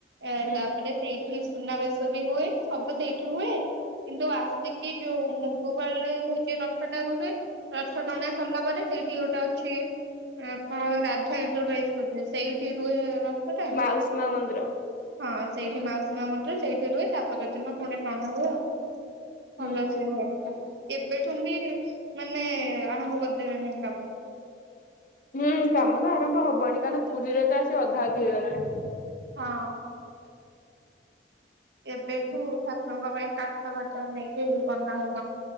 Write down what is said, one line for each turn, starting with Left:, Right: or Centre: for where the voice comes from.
Right: ଏ
Left: ହୁଁ
Right: ତାପରେ ସେଇଠି। ସୁନାବେେଶ ବି ହୁଏ ସବୁ ସେଇଠି ହୁଏ। କିନ୍ତୁ ଆସିକି ଯୋଉ ମୁଗୁପାଳରେ ହଉଛି ରଥ ଟା ରୁହେ ରଥ ଟଣାେଇ ସରିଲା ପରେ। ସେଇଠି ଗୋଟା ଅଛି। ଆ କଣ ରାଧା ଏଣ୍ଟରାଇଜେ ସେଇଠି ରୁହ ରଥ ଟା।
Left: ମାଉସୀ ମା ମନ୍ଦିର
Right: ହଁ ସେଇଠି ମାଉସୀମା ମନ୍ଦିର ସେଇଠି ରୁହେ ତା ପରଦିନ ପୁଣି ଟଣା ହୁଏ ଆଉ।
Left: ହୁଁ
Right: ଭଲ
Left: ହୁଁ।
Right: ସେପା ଏବେଠୁ ବି ମାନେ ଆରମ୍ଭ କରିଦେବେଣି। କାମ।
Left: ହୁଁ କାମ ତ ଆରମ୍ଭ ହବନି କାରଣ ପୁରୀରେ ତ ଆସି ଅଧା ଅଧି ହେଇଗଲାଣି।
Right: ହଁ। ଏବେଠୁ ଠାକୁରଙ୍କ ପାଇଁ କାଠ ଫାଟ ନେଇକି ବନା ହଉ